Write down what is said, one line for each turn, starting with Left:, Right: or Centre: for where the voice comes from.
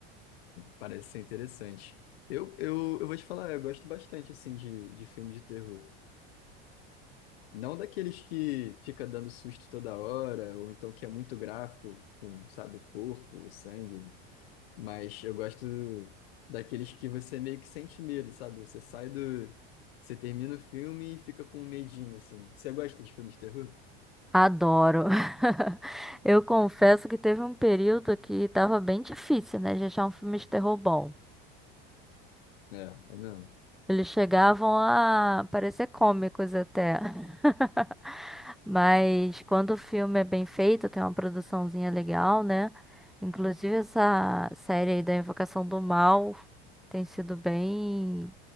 Left: parece ser interessante. Eu, eu, eu vou te falar, eu gosto bastante assim de, de filme de terror. Não daqueles que fica dando susto toda hora, ou então que é muito gráfico, com, sabe, corpo, sangue. Mas eu gosto daqueles que você meio que sente medo, sabe? Você sai do. Você termina o filme e fica com um medinho, assim. Você gosta de filmes de terror?
Centre: Adoro. <laughs> Eu confesso que teve um período que tava bem difícil, né, de achar um filme de terror bom.
Left: É, é mesmo.
Centre: Eles chegavam a parecer cômicos até. <laughs> Mas quando o filme é bem feito, tem uma produçãozinha legal, né? Inclusive essa série aí da Invocação do Mal tem sido bem,